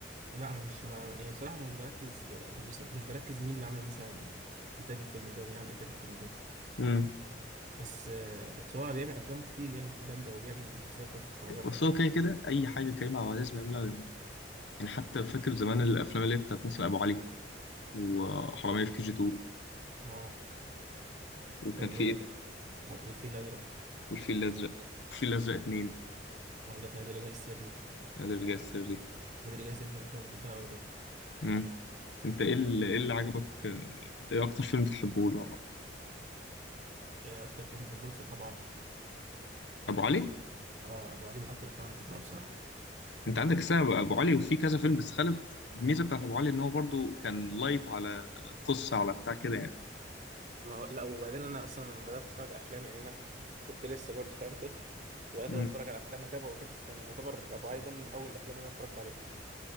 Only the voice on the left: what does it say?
امم
بس
هو كده كده اي حاجه كريم عبد العزيز بيعملها ويعملها يعني حتى فاكر زمان الافلام اللي هي بتاعت مثلا ابو علي وحراميه في كي جي 2
وكان
في
ايه
والفيل الازرق والفيل الازرق اتنين
نادي الرجال السري
امم انت ايه اللي, إيه اللي عجبك آه، ايه اكتر فيلم بتحبه له عامة؟
ابو علي
انت عندك سبب ابو علي وفي كذا فيلم بس خالد الميزه بتاعت ابو علي ان هو برضو كان لايت على قصه على بتاع كده يعني
مم.